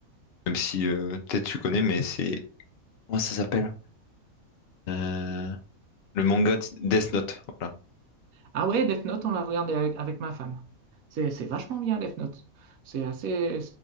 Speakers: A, on the left; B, on the right.
A: Même si euh, peut-être tu connais, mais c'est. Comment ça s'appelle? Euh, Le manga de Death Note. Voilà.
B: Ah ouais, Death Note, on l'a regardé avec, avec ma femme. C'est, c'est vachement bien, Death Note. C'est assez,